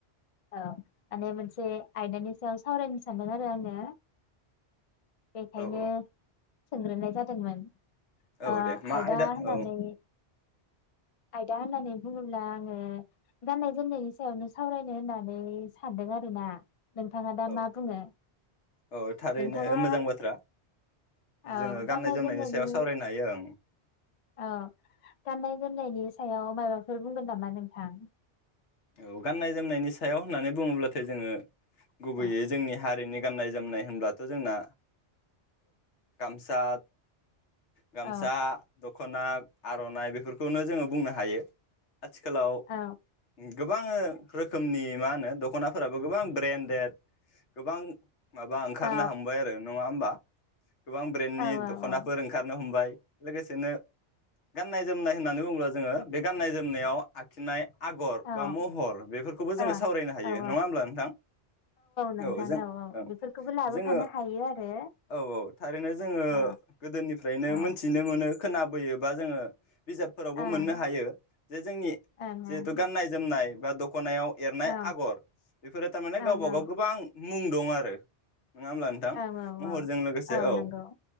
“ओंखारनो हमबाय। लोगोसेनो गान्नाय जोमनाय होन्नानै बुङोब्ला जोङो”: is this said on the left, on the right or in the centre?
Left